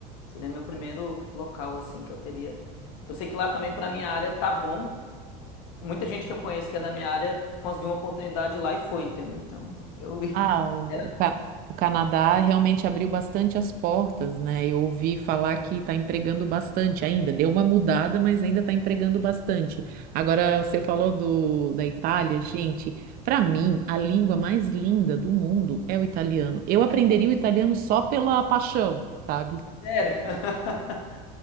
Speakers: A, on the left (about 75°); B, on the right (about 50°).
A: Seria meu primeiro local assim que eu teria. Que eu sei que lá também para minha área tá bom. Muita gente que eu conheço que é da minha área conseguiu uma oportunidade lá e foi, entendeu? Então, eu <laughs> ia-
B: Ah, o,
A: era
B: o Ca- o Canadá realmente abriu bastante as portas, né? Eu ouvi falar que está empregando bastante ainda. Deu uma mudada, mas ainda está empregando bastante. Agora, você falou do, da Itália, gente. Para mim, a língua mais linda do mundo é o italiano. Eu aprenderia o italiano só pela paixão, sabe?
A: sério. <laughs>